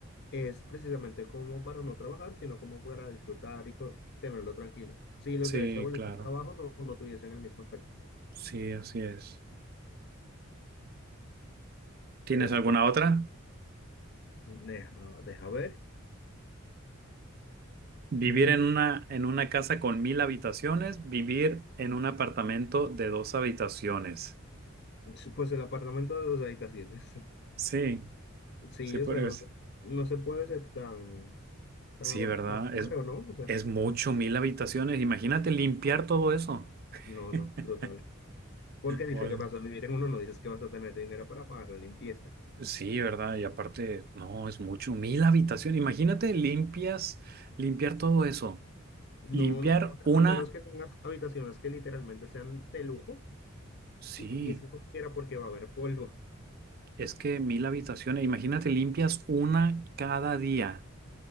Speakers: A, on the left; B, on the right.
A: es precisamente como para no trabajar, sino como para disfrutar y co- tenerlo tranquilo. Si los
B: sí,
A: viajes se volviesen
B: claro.
A: trabajo, no, no tuviesen el mismo efecto.
B: Sí, así es. ¿Tienes
A: Entonces,
B: alguna
A: de-
B: otra?
A: deja, deja ver.
B: Vivir
A: Mm,
B: en una, en una casa con mil habitaciones, vivir en un apartamento de dos habitaciones.
A: sí, pues el apartamento de dos habitaciones. <laughs>
B: Sí,
A: Sí,
B: sí, pues,
A: o sea, no, se- no se puede ser tan, tan,
B: sí,
A: ava-
B: ¿verdad?
A: tan, amargo,
B: Es,
A: ¿no? O sea,
B: es mucho, mil habitaciones. Imagínate limpiar todo eso.
A: no, no,
B: <laughs>
A: brutal. Porque dice
B: Bueno.
A: que vas a vivir en uno, no dices que vas a tener dinero para pagar la limpieza.
B: Sí, ¿verdad? Y aparte, no, es mucho, mil habitaciones. Imagínate limpias, limpiar todo eso.
A: No,
B: Limpiar
A: n- o sea,
B: una,
A: a menos que tengas habitaciones que literalmente sean de lujo
B: sí.
A: y, que- y es que como quiera porque va a haber polvo.
B: Es que mil habitaciones, imagínate, limpias una cada día,